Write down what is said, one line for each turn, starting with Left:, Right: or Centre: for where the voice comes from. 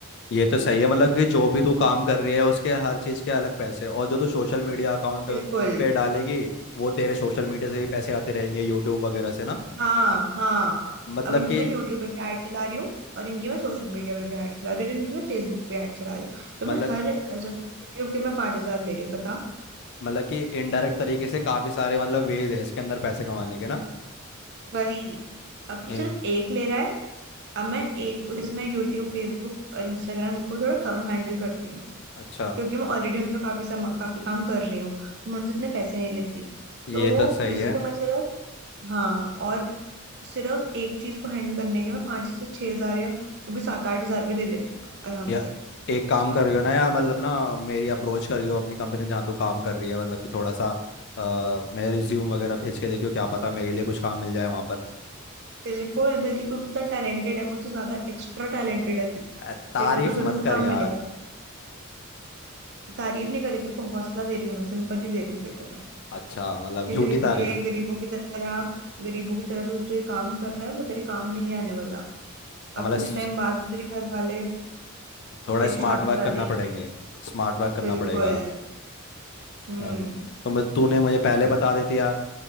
Left: ये तो सही है मतलब कि जो भी तू काम कर रही है उसके हर चीज के अलग पैसे और जो तू सोशल मीडिया अकाउंट
Right: बिल्कुल
Left: पे डालेगी वो तेरे सोशल मीडिया से भी पैसे आते रहेंगे यूट्यूब वगैरह से ना
Right: हाँ हाँ
Left: मतलब
Right: अब इनकी
Left: कि
Right: मैं यूट्यूब पे भी ऐड चला रही हूँ और इनकी मैं सोशल मीडिया पे भी ऐड चला रही हूँ और इनकी मैं फेसबुक पे ऐड चला रही हूँ तो मैं
Left: मतलब
Right: हर सब यूट्यूब के मैं पांच हजार ले रही हूँ बता
Left: मतलब कि इनडायरेक्ट तरीके से काफी सारे मतलब वेज है इसके अंदर पैसे कमाने के ना
Right: वही अब तू
Left: ये
Right: सिर्फ एक ले रहा है अब मैं एक जैसे मैं यूट्यूब फेसबुक और इंस्टाग्राम इसको थोड़ा कम हैंडल करती हूँ
Left: अच्छा
Right: क्योंकि मैं ऑलरेडी उनका काफी सम, काफी काम कर रही हूँ तो मैं उनसे इतने पैसे नहीं लेती
Left: ये
Right: तो
Left: तो सही
Right: इसको
Left: है
Right: मैं सिर्फ हाँ और सिर्फ एक चीज को हैंडल करने के मैं पांच से छह हजार या कभी सात आठ हजार रुपये ले लेती हूँ मैं आराम
Left: या
Right: से
Left: एक काम करियो ना यार मतलब ना मेरी अप्रोच करियो अपनी कंपनी में जहाँ तू काम कर रही है मतलब कि थोड़ा सा अ, मेरा रिज्यूम वगैरह भेज के देखियो क्या पता मेरे लिए कुछ काम मिल जाए वहाँ पर
Right: बिल्कुल बल्कि तू तो इतना टैलेंटेड है मुझसे ज्यादा एक्स्ट्रा टैलेंटेड है तू
Left: अ,
Right: तेरे
Left: तारीफ
Right: को तो जरूर
Left: मत कर
Right: काम
Left: यार
Right: मिलेगा तारीफ नहीं करी तेरे को हौसला दे रही हूँ मैं सिंपैथी दे रही हूँ तेरे को मैं
Left: अच्छा मतलब
Right: कि
Left: झूठी
Right: जो
Left: तारीफ
Right: ये गरीबों की तरह गरीबों की तरह तू जो ये काम कर रहा है वो तेरे काम नहीं आने वाला
Left: हमारा
Right: अब कुछ
Left: स-
Right: टाइम बाद तेरे घर वाले
Left: थोड़ा
Right: तेरी
Left: स्मार्ट
Right: शादी
Left: वर्क
Right: करा
Left: करना
Right: देंगे
Left: पड़ेंगे स्मार्ट वर्क करना
Right: बिल्कुल
Left: पड़ेगा
Right: हम्म
Left: अ, तो मुझे तूने मुझे पहले बता देती यार